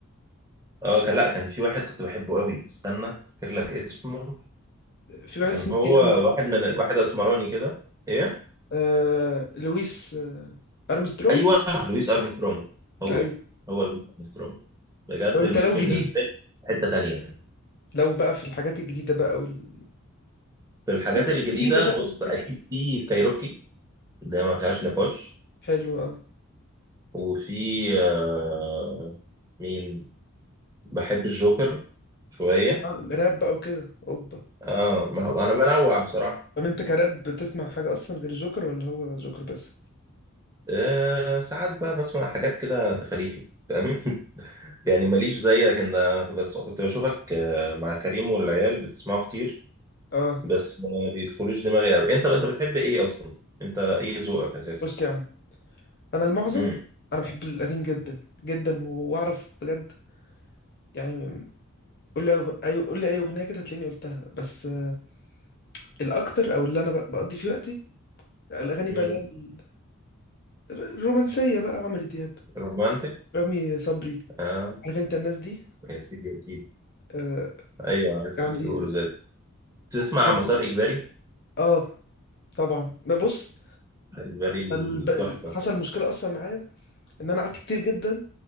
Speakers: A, on the right; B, on the left.
A: اه كان لا كان في واحد كنت بحبه قوي استنى افتكر لك اسمه
B: في واحد اسمه
A: كان هو
B: ديان
A: واحد من واحد اسمراني كده ايه
B: آه... لويس آه... ارمسترونج
A: ايوه لويس ارمسترونج هو
B: ايوه
A: هو لويس ارمسترونج بجد
B: طب انت
A: لويس
B: لو
A: بالنسبه
B: جديد
A: لي حته تانيه
B: لو بقى في الحاجات الجديده بقى وال
A: في الحاجات
B: الناس بقى
A: الجديده
B: الجديده بقى
A: بص
B: وكده
A: اكيد في كايروكي ده ما فيهاش نقاش
B: حلو اه
A: وفي آه مين بحب الجوكر شوية
B: آه، راب بقى وكده اوبا
A: اه ما هو انا بنوع بصراحة
B: طب انت كراب بتسمع حاجة اصلا غير جوكر ولا هو جوكر بس
A: آه ساعات بقى بسمع حاجات كده تفريحي فاهم <laughs> يعني ماليش زيك انت انا كنت- بس كنت بشوفك آه، مع كريم والعيال بتسمعوا كتير
B: اه
A: بس ما بيدخلوش دماغي قوي انت انت بتحب ايه اصلا انت ايه ذوقك اساسا
B: بص يا عم انا المعظم
A: امم
B: انا بحب القديم جدا جدا و- واعرف بجد يعني قول لي أغ- اي قول لي اي اغنية كده هتلاقيني قلتها بس آه، الاكتر او اللي انا ب- بقضي فيه وقتي الاغاني
A: امم
B: بقى اللي هي ال- الرومانسية بقى عمرو دياب
A: رومانتك
B: رامي صبري
A: اه
B: عارف انت الناس دي
A: يا سيدي يا سيدي
B: آه
A: ايوه عارفهم
B: يعني
A: بيقولوا زي تسمع
B: ور-
A: مسار اجباري
B: اه طبعا ما بص
A: اجباري
B: الب...
A: تحفه
B: حصل مشكلة اصلا معايا ان انا قعدت كتير جدا